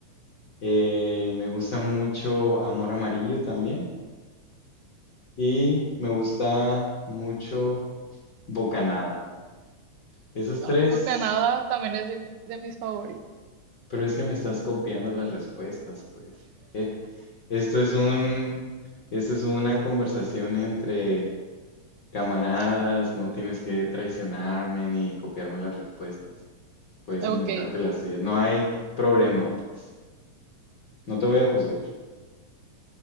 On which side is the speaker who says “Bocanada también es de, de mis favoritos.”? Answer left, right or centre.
Right